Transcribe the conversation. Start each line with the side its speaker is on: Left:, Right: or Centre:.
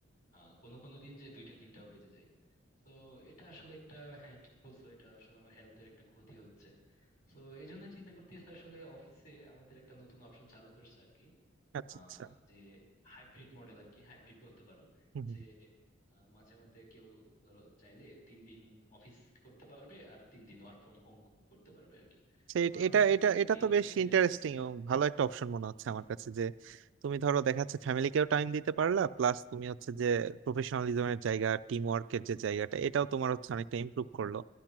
Left: আহ কোনো কোনো দিন যে দুইটা তিনটাও বেজে যায় তো এটা আসলে একটা হ্যাঁ ঠিক বলছো এটা আসলে আমার হেলথের একটা ক্ষতি হচ্ছে তো এই জন্য চিন্তা করতেছি আসলে অফিসে আমাদের একটা নতুন অপশন চালু করছে আর কি
Right: আচ্ছা
Left: আহ
Right: আচ্ছা
Left: যে হাইব্রিড মডেল আর কি হাইব্রিড বলতে পারো
Right: হুম হুম।
Left: যে আহ, মাঝে মধ্যে কেউ ধরো চাইলে তিন দিন অফিস করতে পারবে আর তিন দিন ওয়ার্ক ফ্রম হোম করতে পারবে আর কি
Right: সে
Left: তো
Right: এট-
Left: আমি
Right: এটা
Left: ভাবতেছি
Right: এটা এটা
Left: কি
Right: তো
Left: ওইটাতে
Right: বেশ ইন্টারেস্টিং এবং ভালো একটা অপশন মনে হচ্ছে
Left: হুম
Right: আমার
Left: হুম
Right: কাছে যে তুমি ধরো দেখা যাচ্ছে ফ্যামিলিকেও টাইম দিতে পারলা প্লাস তুমি হচ্ছে যে প্রফেশনালিজমের জায়গা টিম ওয়ার্কের যে জায়গাটা এটাও তোমার হচ্ছে অনেকটা ইমপ্রুভ করলো